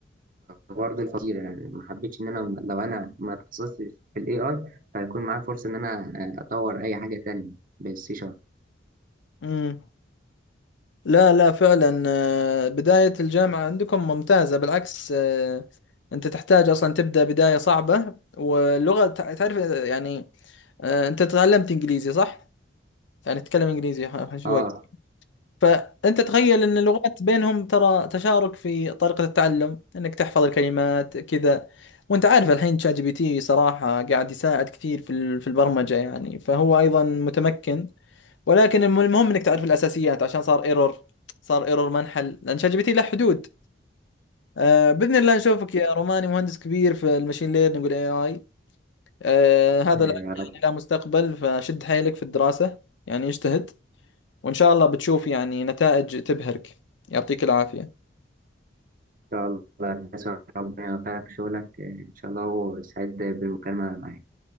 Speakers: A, on the right; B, on the left.
A: برضو الفقير يعني ما حبيتش ان انا لو انا ما اتخصصتش في الاي اي فهيكون معايا فرصه ان انا آه، اطور اي حاجه تانية بالسي شارب
B: مم. لا لا فعلا آه، بداية الجامعة عندكم ممتازة بالعكس آه، انت تحتاج اصلا تبدأ بداية صعبة واللغة تع- تعرف آه، يعني آه، انت تعلمت انجليزي صح؟ يعني تتكلم انجليزي ح- شوي
A: اه
B: فأنت تخيل أن اللغات بينهم ترى تشارك في طريقة التعلم أنك تحفظ الكلمات كذا وأنت عارف الحين تشات جي بي تي صراحة قاعد يساعد كثير في ال- في البرمجة يعني فهو أيضا متمكن ولكن الم- المهم أنك تعرف الأساسيات عشان صار ايرور صار ايرور ما انحل لأن شات جي بي تي له حدود آه بإذن الله نشوفك يا روماني مهندس كبير في المشين ليرنينج والاي اي آه هذا
A: آه،
B: العلم
A: يا رب ان
B: يعني لا مستقبل فشد حيلك في الدراسة يعني اجتهد وإن شاء الله بتشوف يعني نتائج تبهرك يعطيك العافية
A: شاء الله ربنا يوفقك في شغلك آه، ان شاء الله وسعيد بالمكالمه معاك